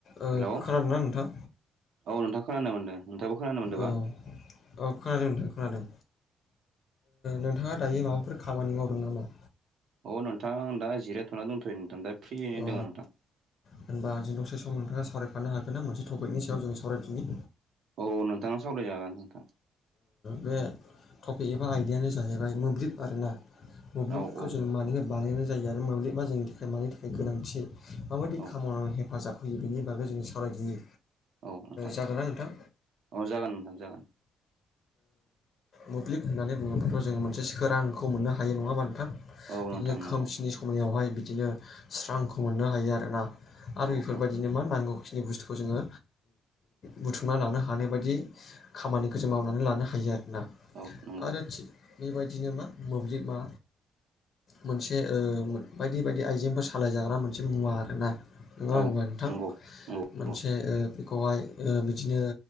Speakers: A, on the left; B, on the right.
A: ओ
B: हेलौ
A: खोनादों ना नोंथां?
B: औ नोंथाङा खोनानो मोन्दों नोंथाङाबो खोनानो मोन्दों
A: औ
B: बा
A: औ खोनादों नोंथां खोनादों। नोंथाङा दायो माबाफोर खामानि मावदों नामा?
B: अ नोंथां दा जिरायथ'ना दोंथ'यो नोंथां दा फ्रियैनो
A: अ
B: दङ नोंथां
A: होनबा दि दसे सम नोंथाङा सावरायफानो हागोन ना मोनसे टपिक सायाव जों सावरायफिननि?
B: औ नोंथाङा सावरायजागोन नोंथां।
A: बे टपिक एबा आयदायानो जाहैबाय मोब्लिब आरोना। मोब्लिबखौ
B: औ औ
A: जों मानिफाय बानायनाय जायो आरो मोब्लिबा जोंनि थाखाय मानि थाखाय गोनांथि। माबायदि
B: औ
A: खामानाव हेफाजाब होयो बेनि बागै जों सावरायदिनि
B: औ नोंथां
A: जागोनना नोंथां?
B: औ जागोन नोंथां जागोन।
A: मोब्लिब होननानै बुङोब्लाथ' जोङो मोनसे सोरांखौ मोननो हायो नङा होमबा नोंथां?
B: औ
A: बिदिनो
B: नोंथां नंगौ
A: खोमसिनि समायावहाय बिदिनो स्रांखौ मोननो हायो आरोना। आरो
B: औ
A: एफोरबायदिनो
B: औ
A: नांगौ खिनि बुसथुखौ जोङो बुथुमना लानो हानाय बायदि खामानिखौ जों मावनानै लानो हायो आरोना
B: औ नंगौ
A: आरो थिक बेबायदिनो मा मोब्लिब मा मोनसे बायदि बायदि आइजेंफोर सालायजाग्रा मोनसे मुवा आरोना। नङा होनबा
B: औ
A: नोंथां?
B: नंगौ नंगौ
A: मोनसे बेखौहाय बिदिनो